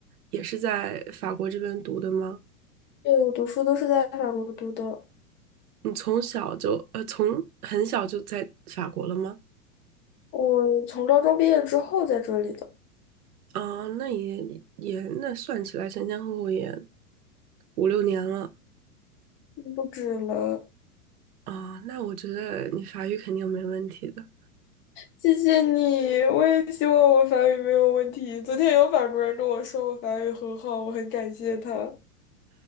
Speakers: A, on the right; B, on the left.
A: 也是在法国这边读的吗？
B: 因为我读书都是在法国读的，
A: 你从小就呃，从很小就在法国了吗？
B: 我从高中毕业之后在这里的，
A: 啊，那也也那算起来前前后后也五六年了
B: 不止了。
A: 啊。那我觉得你法语肯定没问题的，
B: 谢谢你，我也希望我法语没有问题。昨天有法国人跟我说我法语很好，我很感谢他。